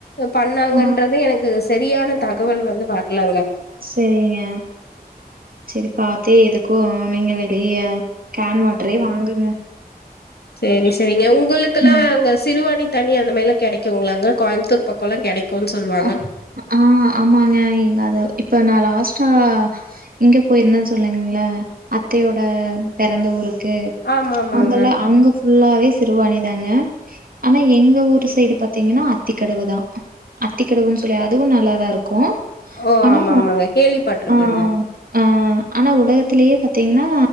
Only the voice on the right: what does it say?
ஆ.
சரிங்க சரி பாத்து இதுக்கு நீங்க வெளிய கேன் வாட்ரே வாங்குங்க
ம்
ஆ ஆ ஆமாங்க எங்க அது இப்ப நா லாஸ்டா எங்க போயிருந்தன் சொல்லுங்ள அத்தையோட பெறந்த ஊருக்கு
அங்கலா அங்க ஃபுல்லாவே சிறுவானிதாங்க ஆனா எங்க ஊரு சைடு பாத்தீங்கன்னா அத்திக்கடவுதா அத்திக்கடவுன் சொல்லி அதுவு நல்லாதா இருக்கு
ஆனா
ஆ ஆ ஆனா உலகத்திலேயே பாத்தீங்கன்னா